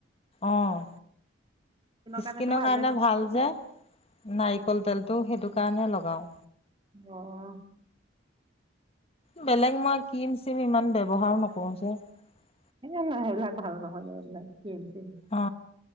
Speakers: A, on the left; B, on the right.
A: অ'!
B: কাৰণেতো
A: স্কিনৰ
B: ভালেই
A: কাৰনে ভাল যে, নাৰিকল তেলটো সেইটো কাৰণে লগাওঁ।
B: অঁ!
A: বেলেগ মই ক্ৰিম চিম ইমান ব্যৱহাৰো নক <unintelligible>
B: <unintelligible> সেইবিলাক ভাল নহয়দে এইবিলাক। সেইটোৱে!
A: অ